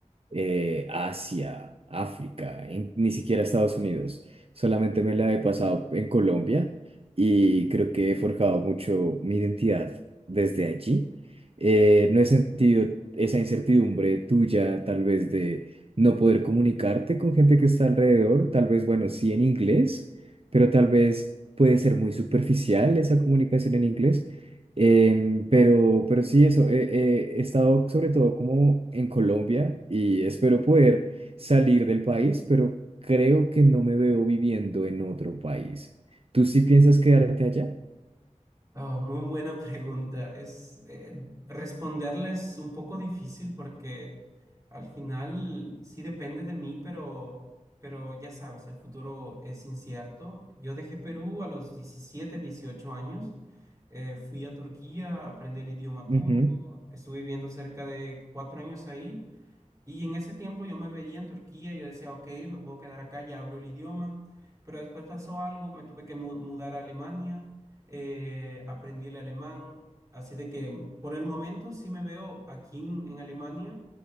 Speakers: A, on the right; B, on the right.
A: eh, Asia, África, en- ni siquiera Estados Unidos. Solamente me la he pasado en Colombia y creo que he forjado mucho mi identidad desde allí. Eh, no he sentido esa incertidumbre tuya, tal vez de no poder comunicarte con gente que está alrededor, tal vez, bueno, sí en inglés, pero tal vez puede ser muy superficial esa comunicación en inglés. Em, pero, pero sí, eso, eh, eh, he estado sobre todo como en Colombia y espero poder salir del país, pero creo que no me veo viviendo en otro país. ¿Tú sí piensas quedarte allá?
B: Oh, muy buena pregunta. Es eh, responderla un poco difícil porque al final sí depende de mí, pero, pero ya sabes, el futuro es incierto. Yo dejé Perú a los 17, 18 años. Eh, fui a Turquía, aprendí el idioma
A: Ujú,
B: turco, estuve viviendo cerca de cuatro años ahí y en ese tiempo yo me veía en Turquía, yo decía, ok, me puedo quedar acá, ya hablo el idioma, pero después pasó algo, me tuve que mu- mudar a Alemania, eh, aprendí el alemán, así de que por el momento sí me veo aquí en, en Alemania,